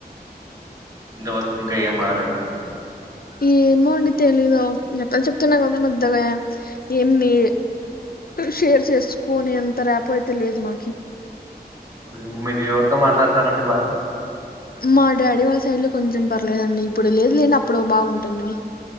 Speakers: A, on the right; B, on the left.
A: ఇంత వరకు ఇంక ఏం రాలేదండి
B: ఏమో అండి తెలీదు <unintelligible> చెప్తున్నాగదా ముద్దగా ఏమి షేర్ చేసుకోనే అంత ర్యాపో అయితే లేదు మాకి
A: ఒకే మీది ఎవరితో మాట్లాడతారండి బాగ
B: మా డాడీ వాళ్ళ సైడ్లో కొంచం పర్లేదండి ఇప్పుడు లేదులేండి అప్పుడు బాగుంటుండిమి